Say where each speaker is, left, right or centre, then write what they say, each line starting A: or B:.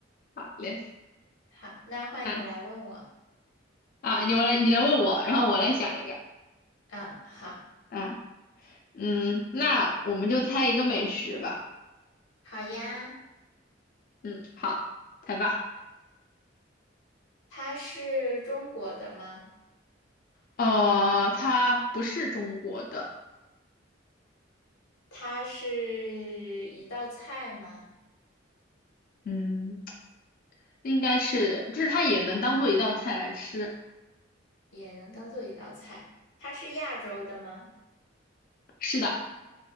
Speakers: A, on the left; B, on the left.
A: 好嘞，
B: 好，那换你来问我。
A: 那啊，你我来你来问我，然后我来想一个
B: 嗯，好，
A: 啊，嗯，那我们就猜一个美食吧，
B: 好呀。
A: 嗯，好，猜吧。
B: 它是中国的吗？
A: 呃，它不是中国的，
B: 它是一道菜吗？
A: 嗯。应该是，就是它也能当做一道菜来吃。
B: 也能当做一道菜。它是亚洲的吗？
A: 是的，